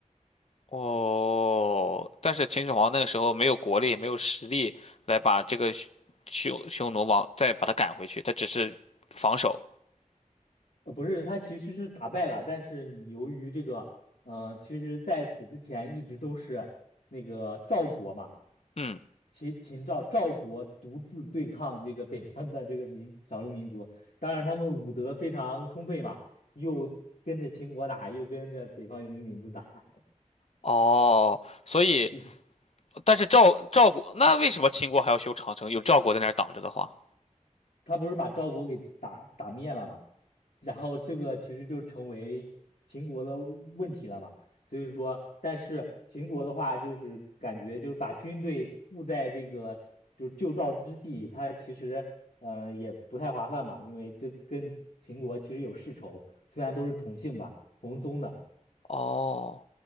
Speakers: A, on the left; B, on the left.
A: 哦，但是秦始皇那个时候没有国力，没有实力来把这个匈匈奴往再把他赶回去，他只是防守。
B: 呃，不是，他其实是打败了，但是你由于这个，呃，其实在此之前一直都是那个赵国嘛，
A: 嗯，
B: 秦秦赵赵国独自对抗这个北方的这个民少数民族，当然他们武德非常充沛嘛，又跟着秦国打，又跟着北方游牧民族打，
A: 哦，所以
B: <laughs>
A: 但是赵赵国那为什么秦国还要修长城？有赵国在那儿挡着的话，
B: 他不是把赵国给打打灭了嘛，然后这个其实就成为秦国的问题了嘛。所以说，但是秦国的话，就是感觉就是把军队布在这个就是旧赵之地，它其实呃也不太划算嘛，因为这跟秦国其实有世仇，虽然都是同姓吧，同宗的，
A: 哦。